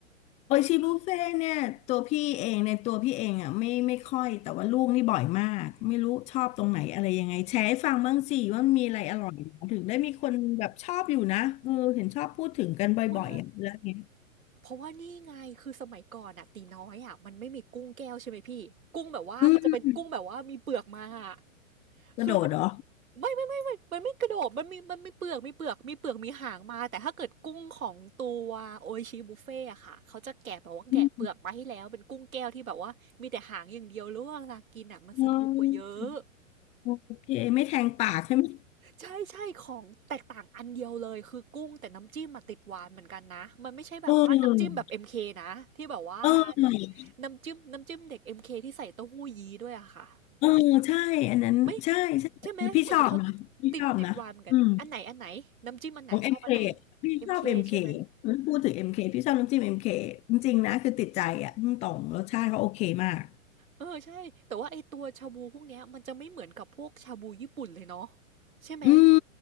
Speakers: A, on the left (about 15°); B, on the right (about 85°).
A: โออิชิบุฟเฟ่ต์เนี่ยตัวพี่เองในตัวพี่เองอ่ะไม่ไม่ค่อยแต่ว่าลูกนี่บ่อยมากไม่รู้ชอบตรงไหนอะไรยังไงแชร์ให้ฟังบ้างสิว่ามีอะไรอร่อยถึงได้มีคนแบบชอบอยู่นะเออเห็นชอบพูดถึงกันบ่อยๆอ่ะเรื่องเนี้ย
B: ไม่เพราะว่านี่ไงคือสมัยก่อนอะตีน้อยอะมันไม่มีกุ้งแก้วใช่ไหมพี่กุ้งแบบว่ามันจะเป็นกุ้งแบบว่ามีเปลือกมาอะ
A: อืมกระโดดเหรอ
B: คือมัน ไม่ไม่ไม่ไม่มันไม่กระโดดมันมีมันมีเปลือกมีเปลือกมีเปลือกมีหางมาแต่ถ้าเกิดกุ้งของตัวโออิชิบุฟเฟ่อะค่ะเขาจะแกะแบบว่าแกะเปลือกมาให้แล้วเป็นกุ้งแก้วที่แบบว่ามีแต่หางอย่างเดียวแล้วเวลากินอะมันสะดวกกว่าเยอะ
A: อืมอ๋อโอเคไม่แทงปากใช่ไหม
B: ใช่ใช่ของแตกต่างอันเดียวเลยคือกุ้งแต่น้ำจิ้มมาติดหวานเหมือนกันนะมันไม่ใช่แบบว่าน้ำจิ้มแบบ
A: เออ
B: m คนะที่แบบว่า
A: เออ
B: น้ำจิ้มน้ำจิ้มเด็กเอ็มเคที่ใส่เต้าหู้ยี้ด้วยอะค่ะ
A: เออใช่อันนั้นใช่ใช่พี่ชอบนะพี่ชอบนะอืม
B: ไม่ใช่ไหมเหมือนเขาติดติดวารเหมือนกันอันไหนอันไหนน้ำจิ้มอันไหนชอบอันไหน
A: ของเอ็มเคพี่ชอบเอ็มเค
B: เอ็มเคใช่ไหม
A: พูดถึงเอ็มเคพี่ชอบน้ำจิ้มเอ็มเคจริงๆนะคือติดใจอ่ะพุ่งตรงรสชาติเขาโอเคมาก
B: เออใช่แต่ว่าไอตัวชาบูพวกเนี้ยมันจะไม่เหมือนกับพวกชาบูญี่ปุ่นเลยเนาะใช่ไหม
A: อืม